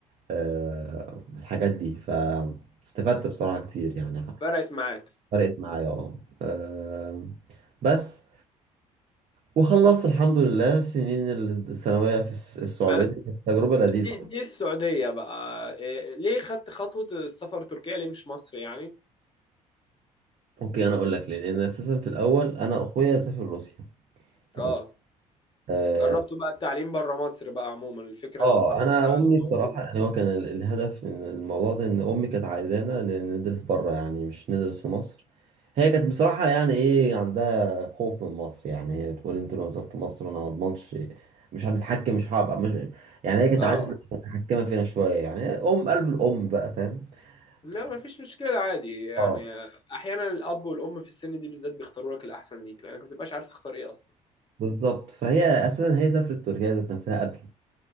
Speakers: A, on the right; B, on the left.
A: آه الحاجات دي فاستفدت بصراحه كتير يعني
B: فرقت معاك
A: فرقت معايا اه آه، بس وخلصت الحمد لله سنين الثانويه في الس- السعوديه
B: انا
A: كانت تجربه لذيذه
B: دي دي السعودية بقى إيه ليه خدت خطوة السفر تركيا ليه مش مصر يعني
A: اوكي انا اقول لك ليه لان اساسا في الاول انا اخويا سافر روسيا تمام
B: اه
A: اه
B: جربت بقى التعليم بره مصر بقى عموما الفكرة
A: آه،
B: ذات نفسها
A: انا امي بصراحه
B: موجودة
A: يعني هو كان ال- الهدف من الموضوع ده ان امي كانت عايزانا ن- ندرس بره يعني مش ندرس في مصر هي كانت بصراحه يعني ايه عندها خوف من مصر يعني هي بتقول انتوا لو نزلت مصر انا ما اضمنش مش هنتحكم مش هبقى مش يعني هي كانت
B: اه
A: عايزه متحكمه فينا شويه يعني ام قلب الام بقى فاهم
B: لا
A: ف-
B: ما فيش مشكلة عادي يعني
A: اه
B: أحيانا الأب والأم في السن دي بالذات بيختاروا لك الأحسن ليك لأنك ما بتبقاش عارف تختار إيه أصلا
A: بالظبط فهي اساسا هي سافرت تركيا ذات نفسها قبلي